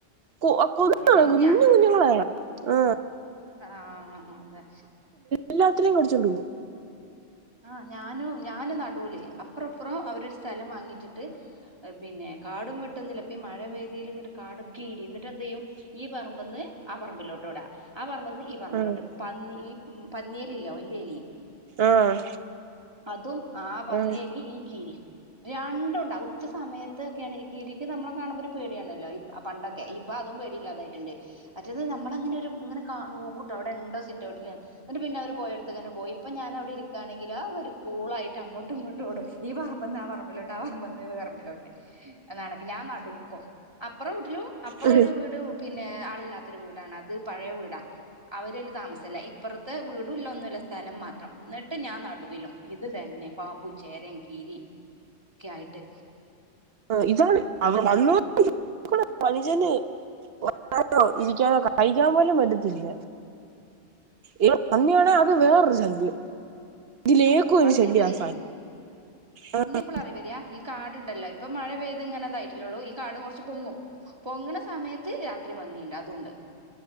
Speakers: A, on the right; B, on the right.
A: കു കൊന്നുകളയും
B: അങ്ങനെന്നെയാ
A: കുഞ്ഞു കുഞ്ഞുങ്ങളെ ആ
B: ആഹ് അതെ.
A: എല്ലാത്തിനെയും കടിച്ചോ ണ്ടുപോവും.
B: ആഹ് ഞാനും ഞാന് നടൂല് അപ്പറും ഇപ്പറും അവര് ഒരു സ്ഥലം വാങ്ങി ടിട്ട് പിന്നെ കാടും വെട്ടുന്നില്ല ഇപ്പം ഈ മഴ പെയ്തേല് ഇങ്ങട്ട് കാടൊക്കെ ഇരിം ഇന്നിട്ടെന്തെയ്യും. ഈ പറമ്പ്ന്ന് ആ പർമ്പിലോട്ടൊടാ ആ പർ മ്പ്ന്ന് ഈ പറമ്പിലോട്ട്
A: ആഹ്
B: പന്നി ഈ പന്നിയലി ഇല്ലേ വല്യ എലി
A: ആഹ്
B: അതും ആ പന്നേലി
A: ആഹ്
B: ഈ കീരിം രണ്ടുണ്ടാവും ഉച്ച സമയത്തൊക്കേണ് ഈ കീരിക്ക് നമ്മളെ കാണുമ്പോ ഒര് പേട്യാണല്ലോ പണ്ടൊക്കെ ഇപ്പൊ അതും പേടില്ലാതായിട്ട്ണ്ട്. മറ്റേത് നമ്മളങ്ങനൊരു ഇങ്ങനെ കാ നോക്കൂട്ടോ അവ്ടെണ്ടോ സിറ്റ് ഔട്ടില് ന്ന്ട്ട് പിന്നെ അവര് പോയോട്ത്ത്കന്നെ പോയി ഇപ്പം ഞാനവ്ടെ ഇരിക്കാണെങ്കില് അവര് കൂളായിട്ട് അങ്ങോട്ടുംഇങ്ങോട്ടും ഓടും ഈ പറമ്പ്ന്ന് ആ പറമ്പിലോട്ട് ആ പറമ്പ്ന്ന് ഈ പറമ്പിലോട്ട്. എന്നകണക്ക് ഞാൻ നടൂക്കും അപ്പറം വീട്ട്ലും അപ്പറം
A: ആഹ്
B: ഒര് വീട് പിന്നെ ആളില്ലാത്തൊരു വീടാണ് അത് പഴയ വീടാ അവരയ്ല് താമസല്ല ഇപ്പർത്തെ വീട് ടൊന്നുംല്ല സ്ഥലം മാത്രം ഇന്നട്ട് ഞാൻ നടുവിലും ഇത് തന്നെ പാമ്പും, ചേരേം, കീരിം ക്കെയായിട്ട്.
A: <unintelligible> വരാനോ ഇരിക്യാനോ കഴിക്കാൻ പോലും പറ്റത്തില്ല. ഈ പന്ന്യാണേ അത് വേറൊരു ശല്യം. ഇതിലേക്കും
B: ആ
A: ഒര്
B: പന്നിയുണ്ട്
A: ശല്ല്യവാ സാനം ആഹ് ആഹ്.
B: എപ്പളാറിയോ വര ഈ കാട്ണ്ടല്ലോ ഇപ്പൊ മഴ പെയ്ത് ഇങ്ങനെതായിട്ടല്ലെള്ളൂ ഈ കാട് കൊർച്ച് പൊങ്ങും പൊങ്ങ്ണ സമയത്ത് രാത്രി പന്നീണ്ട് അതൂണ്ട്